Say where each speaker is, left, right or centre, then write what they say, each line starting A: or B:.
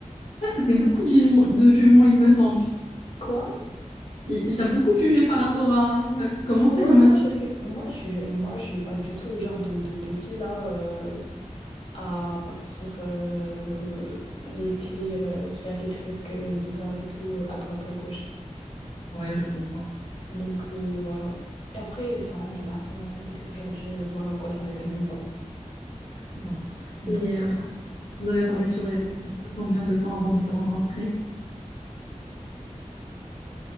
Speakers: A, on the left (about 75°); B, on the left (about 55°).
A: C'était beaucoup de jugements, de jugements, il me semble.
B: Quoi?
A: Il, il t'a beaucoup jugé par rapport à, à comment ça,
B: Ouais,
A: il m'a
B: ouais,
A: tué.
B: parce que moi, je, suis- moi, je suis pas du tout le genre de, de, de fille là euh, à partir euh, l'été, euh, faire des trucs euh, bizarres et tout, euh, à droite, à gauche.
A: Ouais, je comprends.
B: Donc euh, voilà. Et après, enfin, les garçons, la vérité, aujourd'hui, euh, voilà quoi, ça m'étonne même pas.
A: Bon.
B: Donc,
A: Et euh, vous vous avez parlé
B: euh,
A: sur les combien de temps avant de se rencontrer?